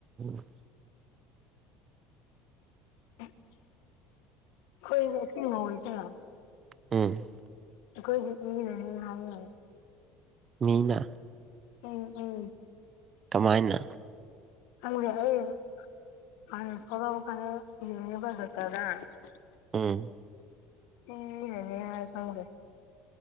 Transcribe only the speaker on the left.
<unintelligible> <inaudible> ꯏ ꯁꯤ ꯃꯖ
ꯀꯣꯏ ꯏ ꯅ ꯍꯥꯏ <inaudible>
ꯎꯝ ꯎꯝ
ꯊꯕꯠꯇꯗ <unintelligible> <inaudible>
ꯑꯦꯅꯤ ꯌꯥ ꯆꯔꯦ <inaudible>